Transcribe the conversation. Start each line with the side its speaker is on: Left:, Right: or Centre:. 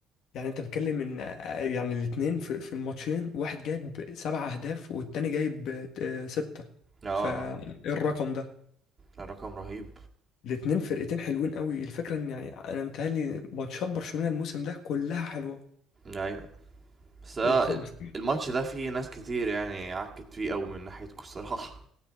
Left: يعني انت بتتكلم ان آه، يعني الاثنين في في الماتشين واحد جايب سبع اهداف والتاني جايب آه، سته
Right: اه اه
Left: فالرقم ده
Right: لا، رقم رهيب
Left: الاتنين فرقتين حلوين قوي الفكره ان يعني انا متهيألي ماتشات برشلونه الموسم ده كلها حلوه
Right: ايوه بس آه،
Left: وبص-
Right: الماتش ده فيه ناس كتير يعني عكت فيه قوي من ناحيتكم الصراحة